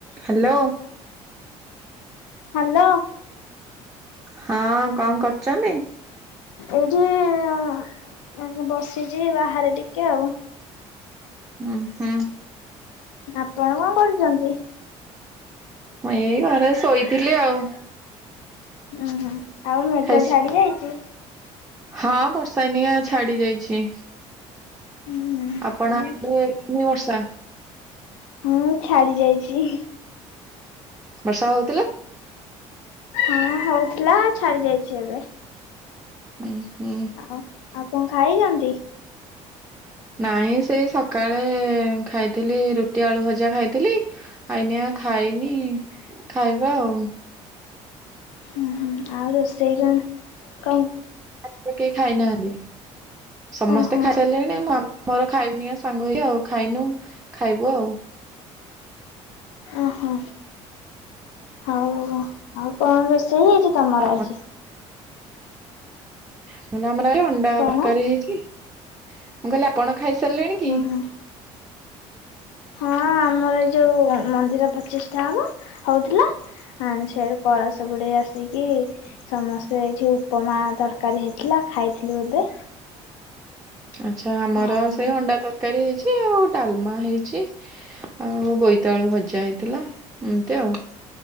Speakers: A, on the right; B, on the left.
A: ହାଲୋ।
B: ହାଲୋ।
A: ହଁ କଁ କରୁଚନ୍ତି?
B: ଏଇଠି ବସିଚି, ବାହାରେ ଟିକେ ଆଉ।
A: ହୁଁ-ହୁଁ।
B: ଆପଣ କଣ କରୁଚନ୍ତି?
A: ମୁଁ ଏଇ ଘରେ ଶୋଇଥିଲି ଆଉ।
B: ଉୁଁ- ହୁଁ ଆଉ ମେଘ
A: ଖାଇ
B: ଛାଡି ଯାଇଛି?
A: ହଁ ବର୍ଷା ଏନିଆ ଛାଡି ଯାଇଛି।
B: ହୁଁ।
A: ଆପଣ
B: ଆଉ
A: <unintelligible>
B: ମୁଁ ଛାଡି ଯାଇଛି।
A: ବର୍ଷା ହଉ
B: ହଁ ହଉଥିଲା, ଛାଡି ଯାଇଛି ଏବେ।
A: ହୁଁ-ହୁଁ।
B: ହ ଆଉ କଣ ଖାଇଛନ୍ତି?
A: ନାଇଁ ସେଇ ସକାଳେ ଖାଇଥିଲି ରୁଟି, ଆଳୁ ଭଜା ଖାଇଥିଲି ଆଇନିଆ ଖାଇନି, ଖାଇବା ଆଉ।
B: ହୁଁ-ହୁଁ ଆଉ ରୋଷେଇ କଣ-ଙ୍କ
A: ଆଜି ତ କେହି ଖାଇନାହାନ୍ତି, ସମସ୍ତେ
B: ଓହୋ
A: ଖାଇ ସାରିଲେଣି ମୋ ବାପ୍ ମୋର ଖାଇବୁନିଆ ସାଙ୍ଗ ହେଇକି ଆଉ, ଖାଇନୁ ଖାଇବୁ ଆଉ।
B: ଓହୋ, ଆଉ ଆଉ କଣ ରୋଷେଇ ହେଇଛି ତମର
A: ଆପଣ
B: ଆଜି?
A: ମୁଁ କହିଲି ଆମର ଆଜି ଅଣ୍ଡା
B: କଣ?
A: ତରକାରୀ ହେଇଛି, ମୁଁ କହିଲି ଆପଣ ଖାଇସାରିଲେଣି
B: ହୁଁ
A: କି?
B: ହୁଁ ହଁ ଆମର ଏ ଯୋଉ ମନ୍ଦିର ପ୍ରତିଷ୍ଠା ହବ, ହଉଥିଲା। ହଁ ସେଆଡୁ କଳସ ବୁଡେଇ ଆସିକି ସମସ୍ତେ ଏଇଠି ଉପମା ତରକାରୀ ହେଇଥିଲା ଖାଇଥିଲୁ ଏବେ।
A: ଆଚ୍ଛା ଆମର
B: ଆଉ
A: ସେଇ ଅଣ୍ଡା ତରକାରୀ ହେଇଛି ଆଉ ଡାଲମା ହେଇଚି। ଆଉ ବୋଇତାଳୁ ଭଜା ହେଇଥିଲା, ଏମିତି ଆଉ।